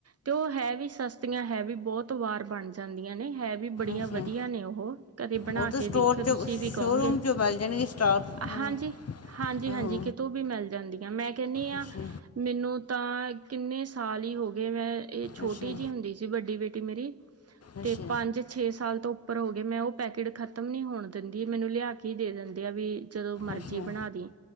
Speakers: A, on the right; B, on the left.
A: ਤੇ ਉਹ ਹੈ ਵੀ ਸਸਤੀਆਂ ਹੈ ਵੀ ਬਹੁਤ ਵਾਰ ਬਣ ਜਾਂਦੀਆਂ ਨੇ ਹੈ ਵੀ ਬੜੀਆਂ
B: ਅੱਛਾ
A: ਵਧੀਆ ਨੇ ਉਹ ਕਦੇ ਬਣਾ
B: ਉਹ ਤਾਂ
A: ਕੇ
B: ਸਟੋਰ
A: ਦੇਖਿਓ
B: ਚ
A: ਤੁਸੀਂ
B: ਸ਼ੋਰੂਮ
A: ਵੀ ਕਹੋਗੇ।
B: ਚ <unintelligible>
A: ਹਾਂਜੀ ਹਾਂਜੀ
B: ਆਹੋ
A: ਹਾਂਜੀ ਕਿਤੋਂ ਵੀ ਮਿਲ ਜਾਂਦੀਆਂ ਮੈਂ ਕਹਿੰਦੀ ਹਾਂ।
B: ਅੱਛਾ
A: ਮੈਨੂੰ ਤਾਂ ਕਿੰਨੇ ਸਾਲ ਹੀ ਹੋ ਗਏ ਮੈਂ ਇਹ ਛੋਟੀ
B: ਅੱਛਾ
A: ਜਿਹੀ ਹੁੰਦੀ ਸੀ ਵੱਡੀ ਬੇਟੀ ਮੇਰੀ ਤੇ
B: ਅੱਛਾ
A: ਪੰਜ ਛੇ ਸਾਲ ਤੋਂ ਉੱਪਰ ਹੋ ਗਏ ਮੈਂ ਉਹ ਪੈਕੇਟ ਖਤਮ ਨੀ ਹੋਣ ਦਿੰਦੀ ਮੈਨੂੰ ਲਿਆ ਕੇ ਹੀ ਦੇ ਦਿੰਦੇ ਆ ਵੀ ਜਦੋਂ ਮਰਜ਼ੀ
B: ਅੱਛਾ
A: ਬਣਾ ਦੀ।